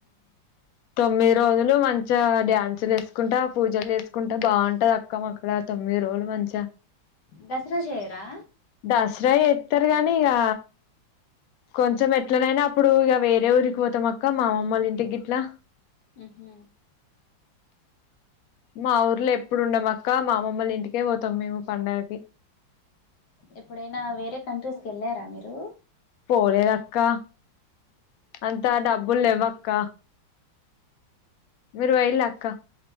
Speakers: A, on the left; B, on the left.
A: తొమ్మిది రోజులు మంచిగా డ్యాన్సులు ఎసుకుంటా పూజలు చేేసుకుంటా బాగుంటది అక్క మాకడ తొమ్మిది రోజులు మంచిగా
B: దసరా చేయరా
A: దసరా చేత్తరు గనీ ఇగా కొంచెం ఎట్లనైనా అప్పుడు ఇగ వేరే ఊరికి పోతాం అక్క మామ్మమ్మళ్ల ఇంటికి గిట్లా
B: ఉహు
A: మా ఊర్ల ఎప్పుడుండం అక్క మామ్మమ్మళ్ల ఇంటికే పోతాం మేము పండగకి
B: ఎప్పుడైనా వేరే కంట్రీస్ కి ఎళ్ళారా మీరు
A: పోలేద అక్క అంతా డబ్బుల్ లేవ్వక్క మీర్ పోయిల్లా అక్క